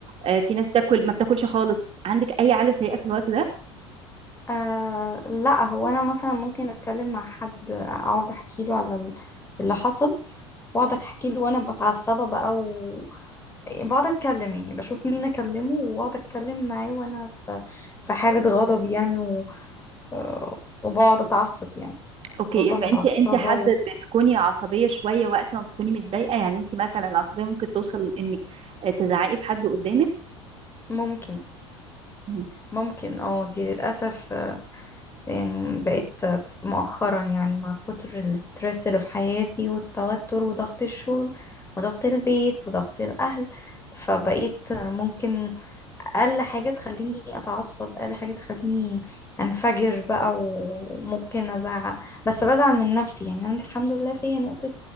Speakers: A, on the right (about 40°); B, on the left (about 15°).
A: آه، في ناس بتاكل ما بتاكلش خالص عندك اي عاده سيئه في الوقت ده
B: آه لا هو أنا مثلا ممكن أتكلم مع حد أقعد أحكي له على ال- اللي حصل وأقعد أحكي له وأنا متعصبة بقى و بقعد أتكلم يعني بشوف مين أكلمه وأقعد أتكلم معاه وأنا في في حالة غضب يعني و... آه، وبقعد أتعصب يعني
A: اوكي
B: بفضل
A: يبقى
B: متعصبة
A: انت انت حد بتكوني عصبيه شويه وقت ما بتكوني متضايقه يعني انت مثلا العصبيه ممكن توصل انك آه، تزعقي في حد قدامك
B: وممكن
A: مم.
B: ممكن اه دي للأسف يعني بقيت مؤخرا يعني مع كتر الاسترس اللي في حياتي والتوتر وضغط الشغل وضغط البيت وضغط الأهل فبقيت ممكن أقل حاجة تخليني أتعصب أقل حاجة تخليني أنفجر بقى وممكن أزعق بس بزعل من نفسي يعني أنا الحمد لله فيا نقطة